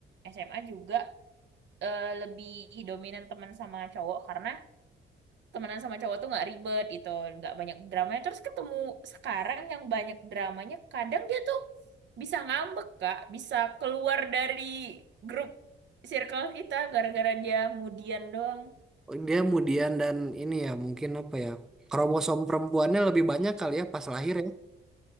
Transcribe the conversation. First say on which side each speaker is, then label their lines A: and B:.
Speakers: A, on the right (about 65°); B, in the centre.
A: SMA juga eh, lebih dominan teman sama cowok karena temenan sama cowok tuh nggak ribet gitu nggak banyak dramanya terus ketemu sekarang yang banyak dramanya kadang dia tuh bisa ngambek kak bisa keluar dari grup circle kita gara-gara dia mudian doang
B: Dia kemudian dan ini ya mungkin apa ya? Kromosom perempuannya lebih banyak kali ya pas lahir ya.